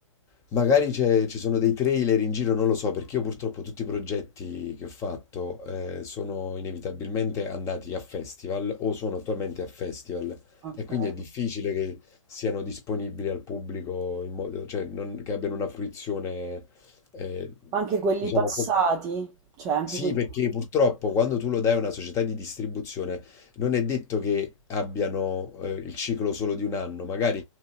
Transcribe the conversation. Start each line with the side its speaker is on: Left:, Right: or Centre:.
Left: Magari c'è- ci sono dei trailer in giro, non lo so, perché io purtroppo tutti i progetti che ho fatto eh, sono inevitabilmente andati a festival o sono attualmente a festival
Right: ok.
Left: e quindi è difficile che siano disponibili al pubblico in modo, cioè non- che abbiano una fruizione, eh,
Right: Ma anche quelli
Left: diciamo,
Right: passati,
Left: com-
Right: cioè anche
Left: sì,
Right: quelli...
Left: perché purtroppo quando tu lo dai a una società di distribuzione non è detto che abbiano eh, il ciclo solo di un anno, magari